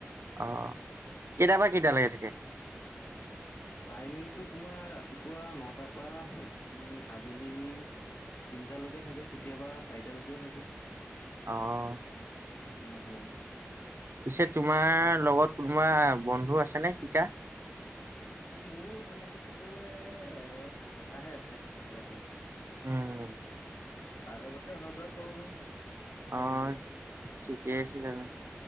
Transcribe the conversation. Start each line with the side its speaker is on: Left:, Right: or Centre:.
Right: অ' কেইটাৰ পৰা কেইটালৈকে থাকে?
Left: টাইমিংটো তোমাৰ ৰাতিপুৱা নটাৰ পৰা উ, আবেলি তিনটালৈকে থাকে কেতিয়াবা চাৰিটালৈকেও থাকে।
Right: অ'।
Left: তেনেকুৱা আৰু।
Right: পিছে তোমাৰ লগত কোনোবা বন্ধু আছেনে শিকা?
Left: মোৰ তেনেকে ক'ব গ'লে এ, এটাহে আছে লগৰ।
Right: উম, উম।
Left: তাৰ লগতে অহা যোৱা কৰোঁ মই। কলেজলে।
Right: অ' ঠিকেই আছে তেনে।